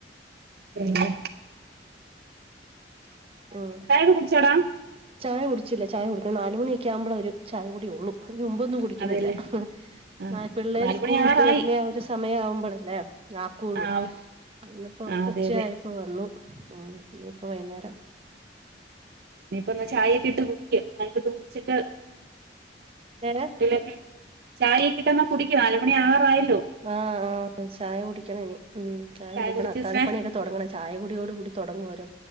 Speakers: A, on the right; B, on the right.
A: അതല്ലെ
B: ഉം
A: കയവ കുടിച്ചോടാ
B: ചായ കുടിച്ചില്ല ചായ കുടിക്കണം നാലുമണി ഒക്കെ ആവുമ്പോേ ഒരു ചായ കൂടി ഉള്ളൂ ഇ മുമ്പൊന്നും കുടിക്കുന്നില്ല
A: അതെല്ലേ ആഹ്
B: ആ പിള്ളേര്
A: നാലുമണി
B: സ്കൂൾ
A: ആറായി
B: വിട്ട് വരുന്ന ആ ഒരു സമയം ആവുമ്പോഴല്ലേ ആക്കുള്ളൂ
A: ആഹ്
B: എന്നപ്പ
A: ആഹ് അതെ
B: ഉച്ചയായപ്പോ
A: അതെ
B: വന്നു ഉം ഇനിയിപ്പ വൈകുന്നേരം
A: ഇയിപ്പ എന്നാ ചായയൊക്കെ ഇട്ട് കുടിക്ക ചായക്ക ഇട്ട് കുടിച്ചിട്ട്
B: ഏഹ്
A: കുട്ടികളൊക്കെ ചായക്കിട്ട എന്നാ കുടിക്ക നാലുമണി ആകാറായില്ല
B: ആ ആ ചായ കുടിക്കണനി ഉം് ചായ കുടിക്കണം
A: കുടിച്ച്
B: അത്തായ
A: സ്നേ
B: പ്പണിയൊക്കെ തുടങ്ങണം ചായ കുടിയോട് കൂടി തുടങ്ങുവരോ